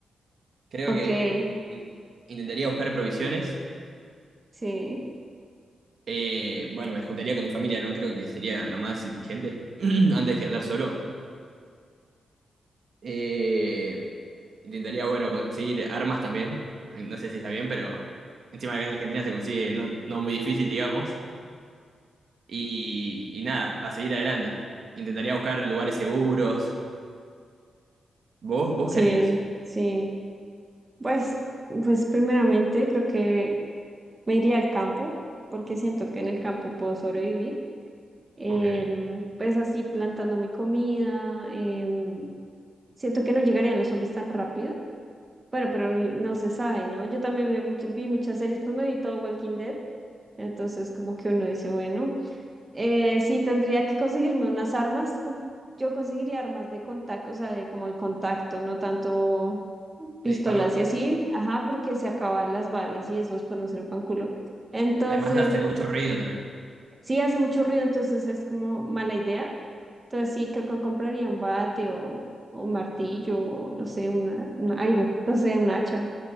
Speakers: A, on the right; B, on the right.
A: Creo
B: ok,
A: que in- intentaría buscar provisiones.
B: sí,
A: Eh, bueno, me juntaría con mi familia, ¿no? Creo que sería lo más inteligente <clears throat> antes que andar solo. Eh, Intentaría, bueno, conseguir armas también. No sé si está bien, pero encima acá en Argentina se consigue no, no muy difícil, digamos. Y, y nada, a seguir adelante. Intentaría buscar lugares seguros. ¿Vos, vos
B: sí,
A: qué harías?
B: sí. Pues, pues primeramente creo que Me iría al campo porque siento que en el campo puedo sobrevivir. Em,
A: Ok. Te
B: pues así plantando mi comida. em, siento que no llegarían los zombies tan rápido. Bueno, pero ni- no, se sabe, ¿no? Yo también vi, mucho- vi muchas series, pues me vi todo Walking Dead. Entonces como que uno dice, bueno, eh, sí tendría que conseguirme unas armas. com- Yo conseguiría armas de contacto, o sea, de como el contacto, no tanto pistolas
A: disparo.
B: y así. Ajá, porque se acaban las balas y eso después no sirve para un culo. Entonces...
A: Además hace mucho ruido también.
B: Sí, hace mucho ruido, entonces es como mala idea. Entonces sí, creo que compraría un bate o, o un martillo, o no sé, una, una- algo, no sé, un hacha.